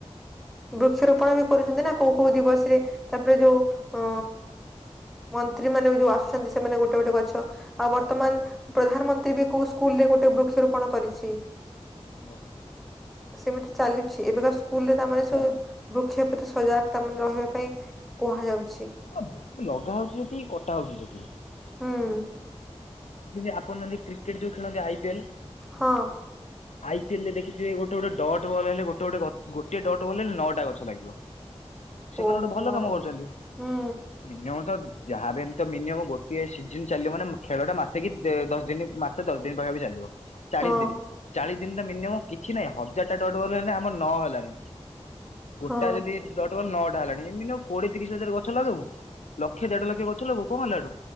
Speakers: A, in the centre; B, on the left.
A: ବୃକ୍ଷରୋପଣ ବି କରୁଛନ୍ତି ନା କୋଉ କୋଉ ଦିବସ ରେ? ତା'ପରେ ଯୋଉ ଅ ମନ୍ତ୍ରୀ ମାନେ ବି ଯୋଉ ଆସୁଛନ୍ତି। ସେମାନେ ଗୋଟେ ଗୋଟେ ଗଛ ଆଉ, ବର୍ତ୍ତମାନ ପ୍ରଧାନମନ୍ତ୍ରୀ ବି କୋଉ ସ୍କୁ ଫୁଲେ ଗୋଟେ ବୃକ୍ଷରୋପଣ କରିଛି।
B: ଓହୋ!
A: ସେମିତି ଚାଲୁଛି। ଏବେକା ସ୍କୁଲ ରେ ତା, ମାନେ ସବୁ
B: ହଁ
A: ବୃକ୍ଷ ଏତେ ସଜାଗ ତା ମାନେ ରହିବା ପାଇଁ କୁହାଯାଉ
B: ଆ ବୃକ୍ଷ ଲଗା ହଉଛି ଯେତିକି, କଟା ହଉଛି ସେତିକି।
A: ହୁଁ
B: ଯିତିଁ ଆପଣ ମାନେ କ୍ରିକେଟ୍ ଯୋଉ ଖେଳନ୍ତି! ଆଇ ପିଏଲ
A: ହଁ।
B: ଆଇ ପି ଏଲ ରେ ଦେଖିଥିବେ ଗୋଟେ ଗୋଟେ ଡ଼ଟ ବଲ ହେଲେ ଗୋଟେ ଗୋଟେ ଗ ଗୋଟିଏ ଡ଼ଟ ବଲ ହେଲେ ନଅଟା ଗଛ ଲାଗିବ। ସେମାନେ
A: ଓହୋ
B: ଗୋଟେ ଭଲ କାମ କରୁଛନ୍ତି
A: ହୁଁ
B: ମିନିମମ ତ ଯାହା ବି ଏମିତି ତ ମିନିମମ ଗୋଟିଏ ସିଜିନ ଚାଲିବ ମାନେ ମ ଖେଳଟା ମା ସେ କି ଦେ ଦଶ ଦିନ ମାସେ ଦଶ ଦିନ ପାଖାପାଖି ଚାଲିବ ଚାଳିଶ
A: ହଁ।
B: ଦିନି ଚାଳିଶ ଦିନ ତ ମିନିମମ କିଛି ନାହିଁ ହଜାର ଟା ଡଟ ବଲ ହେନେ ଆମର ନ ହେଲାଣି। ଗୋଟାଏ
A: ହଁ
B: ଯଦି ଡଟ ବଲ ନଅ ଟା ହେଲାଣି ମିନିମମ କୋଡିଏ ତିରିଶ ହଜାର ଗଛ ଲଗଉ ଲକ୍ଷେ ଦେଢ ଲକ୍ଷ ଗଛ ଲଗଉ କଣ ହେଲା ସେଠୁ।